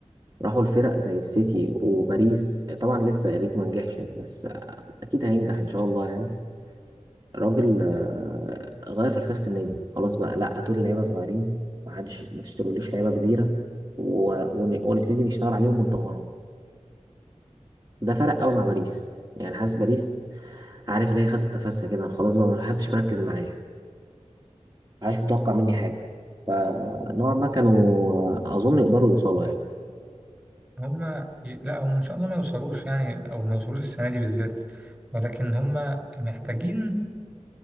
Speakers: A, on the right; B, in the centre.
A: راحوا الفرق زي السيتي وباريس طبعا لسه انريكي ما نجحش يعني، بس آه، اكيد هينجح ان شاء الله يعني راجل آه، غير فلسفة النادي خلاص بقى لا هاتوا لي لعيبة صغيرين ما عادش ما تشتروليش لعيبة كبيرة و- ون- ونبتدي نشتغل عليهم ونطورهم ده فرق قوي مع باريس يعني حاسس باريس عارف اللي هي خدت نفسها كده خلاص بقى ما حدش مركز معايا ما حدش متوقع مني حاجة فنوعا ما كانوا آه، أظن يقدروا يوصلوا يعني
B: هما ي- لا هم ان شاء الله ما يوصلوش يعني او ما يوصلوش السنه دي بالذات ولكن هما محتاجين